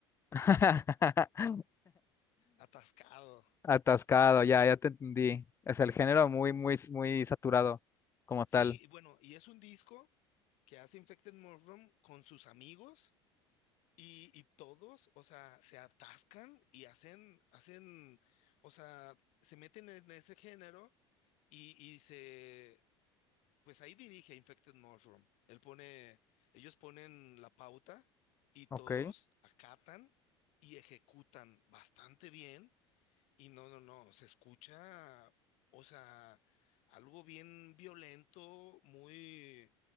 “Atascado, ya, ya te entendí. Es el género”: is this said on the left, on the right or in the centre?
Left